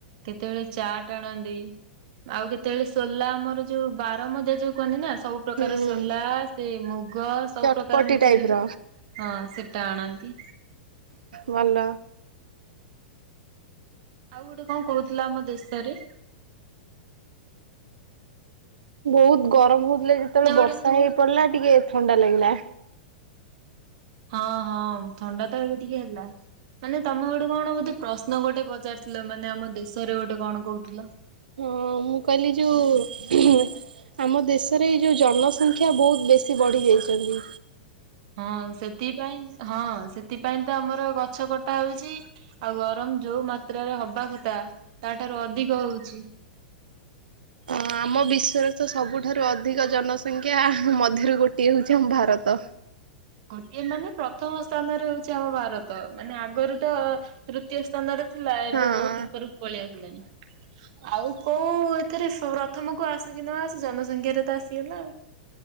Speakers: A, on the right; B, on the right.
A: କେତେବେଳେ ଚାଟ୍ ଆାଣନ୍ତି। ଆଉ କେତେବେଳେ ସୋଲା ଆମର ଯୋଉ ବାର ମଧ୍ୟ ଯୋଉ କହନି ନା ସବୁ ପ୍ରକାର
B: ହୁଁ।
A: ସୋଲା ସେ ମୁଗ ସବୁ
B: ଚଟପଟି
A: ପ୍ରକାର ମିଶିକି
B: ଟାଇପ
A: ହୁଏ
B: ର
A: ହଁ ସେ ଟାଣନ୍ତି।
B: ଭଲ
A: ଆଉ ଗୋଟେ କଣ କହୁଥିଲା ଆମ ଦେଶରେ
B: ବହୁତ ଗରମ ହଉଥିଲା ଯେତେବେଳେ
A: ନା ଗୋଟେ
B: ବର୍ଷା ହେଇ ପଡିଲା ଟିକେ ଥଣ୍ଡା ଲାଗିଲା।
A: ହଁ ହଁ ଥଣ୍ଡା ତ ଏବେ ଟିକେ ହେଲା। ମାନେ ତମେ ଗୋଟେ କଣ ବୋଧେ ପ୍ରଶ୍ନ ଗୋଟେ ପଚାରିଥିଲ ମାନେ ଆମ ଦେଶରେ ଗୋଟେ କଣ କହୁଥିଲ?
B: ହଁ ମୁଁ କହିଲି ଯୋଉ ଆମ ଦେଶରେ ଏଇ ଯୋଉ ଜନସଂଖ୍ୟା ବହୁତ ବେଶୀ ବଢି ଯାଇ ଛନ୍ତି।
A: ହଁ ସେଥିପାଇଁ ହଁ ସେଥି ସେଥି ପାଇଁ ତ ଆମର ଗଛ କଟା ହଉଛି ଆଉ ଗରମ ଯୋଉ ଯାତ୍ରାରେ ହବା କଥା ତା ଠାରୁ ଅଧିକ ହଉଛି।
B: ହଁ। ଆମ ବିଶ୍ଵରେ ତ ସବୁଠାରୁ ଅଧିକ ଜନସଂଖ୍ୟା ମଧ୍ୟରୁ ଗୋଟିଏ ହଉଛି ଆମ ଭାରତ।
A: ଗୋଟିଏ ମାନେ ପ୍ରଥମ ସ୍ଥାନରେ ହଉଛି ଆମ ଭାରତ ମାନେ ଆଗରୁ ତ। ତୃତୀୟ ସ୍ଥାନରେ ଥିଲା ଏବେ
B: ହଁ
A: ବହୁତ ଉପରକୁ ପଳେଇ ଆସିଲାଣି।
B: <unintelligible>
A: ଆଉ କୋଉ ଏଥିରେ ସ ପ୍ରଥମ କୁ ଆସୁ କି ନ ଆସୁ ଜନସଂଖ୍ୟାରେ ତ ଆସିଗଲା ଆଉ।